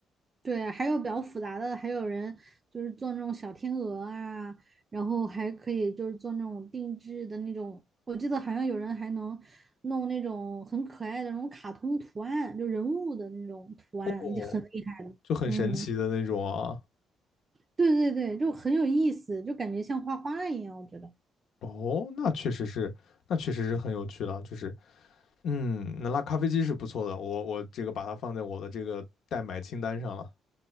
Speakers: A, on the right (about 30°); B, on the left (about 70°).
A: 对，还有比较复杂的，还有人就是做那种小天鹅啊，然后还可以就是做那种定制的那种，我记得好像有人还能弄那种很可爱的那种卡通图案，就人物的那种图案，
B: 哦，
A: 就很厉害的。
B: 就很神奇的那种啊。
A: 嗯，对对对，就很有意思，就感觉像画画一样，我觉得。
B: 哦，那确实是，那确实是很有趣了，就是。嗯，那拉咖啡机是不错的，我我这个把它放在我的这个代买清单上了